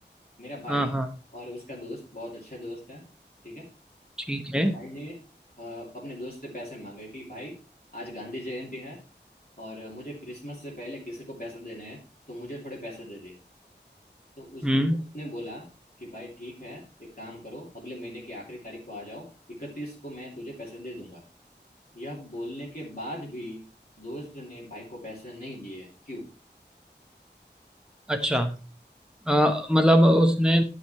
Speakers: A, on the left; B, in the centre.
A: मेरा भाई
B: हाँ हाँ
A: और उसका दोस्त बहुत अच्छा दोस्त है ठीक है
B: ठीक
A: मेरे
B: है
A: भाई ने अ, अपने दोस्त से पैसे मांगे कि भाई आज गांधी जयंती है और मुझे क्रिसमस से पहले किसी को पैसे देने हैं तो मुझे थोड़े पैसे दे दे तो उसके
B: हम्म
A: दोस्त ने बोला कि भाई ठीक है एक काम करो अगले महीने की आखिरी तारीख को आ जाओ इकतीस को मैं तुझे पैसे दे दूंगा यह बोलने के बाद भी दोस्त ने भाई को पैसे नहीं दिए क्यों
B: अच्छा अ, मतलब उसने